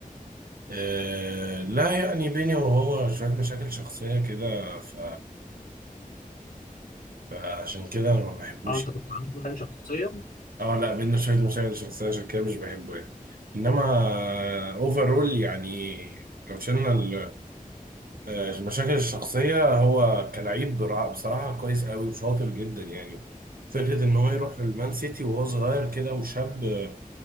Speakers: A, on the right; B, on the left.
A: آه لا يعني بيني وهو شوية مشاكل شخصية كده ف... فعشان كده أنا ما بحبوش
B: اه انت
A: يعني.
B: كنت عامل يعني شخصيا
A: اه لا بينا شوية مشاكل شخصية عشان كده مش بحبه يعني إنما أوفرول يعني لو شلنا ال- آه، المشاكل الشخصية هو كلاعب برا- بصراحة كويس قوي وشاطر جدا يعني فكرة إن هو يروح المان سيتي وهو صغير كده وشاب آه،